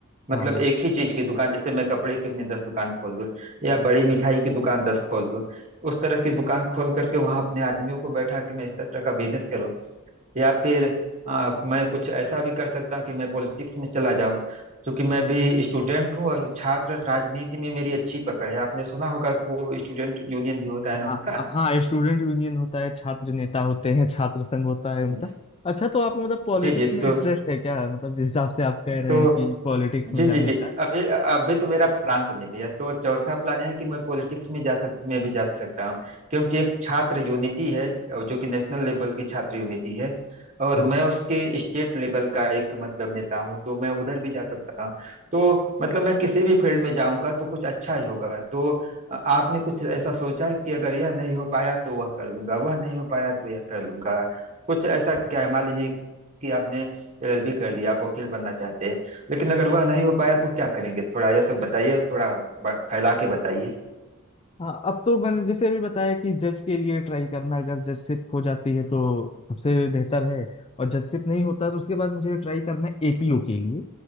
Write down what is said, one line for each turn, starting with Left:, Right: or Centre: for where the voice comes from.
Right: मतलब
Left: हाँ
Right: एक ही चीज की दुकान जैसे मैं कपड़े की अपनी दस दुकान खोल दूं या बड़ी मिठाई की दुकान दस खोल दूं उस तरह की दुकान खोल करके वहां अपने आदमियों को बैठा के मैं इस तरह का बिजनेस करूं या फिर आ, मैं कुछ ऐसा भी कर सकता हूँ कि मैं पॉलिटिक्स में चला जाऊं क्योंकि मैं भी स्टूडेंट हूँ और छात्र राजनीति में मेरी अच्छी पकड़ है आपने सुना होगा कि वो स्टूडेंट यूनियन भी होता है ना
Left: हाँ
Right: उनका
Left: हाँ स्टूडेंट यूनियन होता है छात्र नेता होते हैं छात्र संघ होता है उनका
Right: जी
Left: अच्छा तो आपको मतलब पॉलिटिक्स
Right: जी जी,
Left: में
Right: तो
Left: इंटरेस्ट है क्या मतलब जिस हिसाब से आप कह रहे
Right: तो
Left: हैं कि पॉलिटिक्स
Right: जी
Left: में जाने
Right: जी जी
Left: का
Right: अभी अभी तो मेरा प्लान सुनिए भैया तो चौथा प्लान है कि मैं पॉलिटिक्स में जा सक में भी जा सकता हूँ क्योंकि एक छात्र यूनिटी है जो कि नेशनल लेवल की छात्र यूनिटी है और
Left: हाँ
Right: मैं उसके स्टेट लेवल का एक मतलब नेता हूँ तो मैं उधर भी जा सकता हूँ तो मतलब मैं किसी भी फील्ड में जाऊंगा तो कुछ अच्छा ही होगा तो अ, आपने कुछ ऐसा सोचा है कि अगर यह नहीं हो पाया तो वह कर लूंगा वह नहीं हो पाया तो यह कर लूंगा कुछ ऐसा क्या है मान लीजिए कि आपने एलएलबी कर लिया आप वकील बनना चाहते हैं लेकिन अगर वह नहीं हो पाया तो क्या करेंगे थोड़ा यह सब बताइए थोड़ा ब- फैला के बताइए
Left: हाँ अब तो मैंने जैसे अभी बताया कि जज के लिए ट्राई करना अगर जजशिप हो जाती है तो सबसे बेहतर है और जजशिप नहीं होता तो उसके बाद मुझे ट्राई करना है एपीओ के लिए